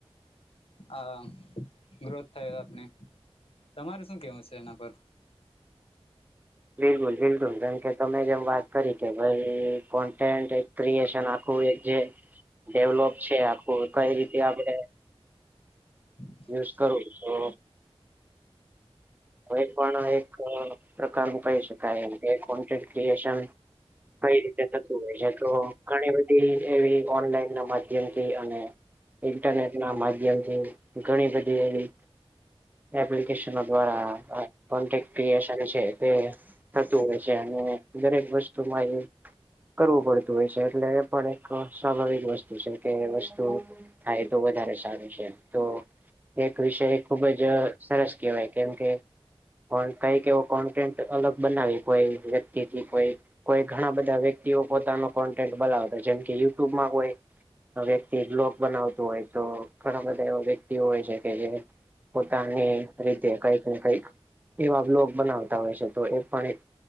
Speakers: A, on the left; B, on the right.
A: આ ગ્રોથ થાય આપણે તમારે શું કેવું છે, એના પર
B: બિલકુલ બિલકુલ ધમ કે તોમે જેમ વાત કરી કે ભાઈ કોન્ટેન્ટ ક્રિએશન આખું છે. ડેવલોપ છે, આખું કઈ રીતે આપડે
A: હ
B: યુઝ કરું તો કો પણ એક પ્રકાર ન કહી શકાયમ કે કોન્ટે ક્રિએશન કઈ રીતે થતું હોય છે તો ઘણી બધી એવી ઓનલાઈન ના માધ્યમથી અને ઇન્ટરનેટ ના માધ્યમથી ઘણી બધી એવી એપ્લિકેશ દ્વારા ક્રએન છે, તે થતું હોય છે અને દરેક વસ્તુમાં એ કરવું પડતું હોય છે એટલે એ પણ એક સ્વાભાવિક વસ્તુ છે, કે વસ્તુ થાય તો વધારે સારું છે, તો એક વિષય ખુબ જ સરસ કહેવાય કેમ કે પણ કઈક એવો કોન્ટેન્ટ અલગ બનાવી કોઈ વ્યક્તિથી કોઈ કોઈ ઘણા બધા વ્યક્તિઓ પોતાનો કોન્ટેન્ટ બોલાવતા જેમકે યુટ્યુબમાં કોઈ વ્યક્તિ બ્લોક બનાવતું હોય તો ઘણા બધા એવા વ્યક્તિ હોય છે, કે જે પોતાની રીતે કઈક ને કઈક એવા બ્લોગ બનાવતા હોય છે, તો એ પણ એક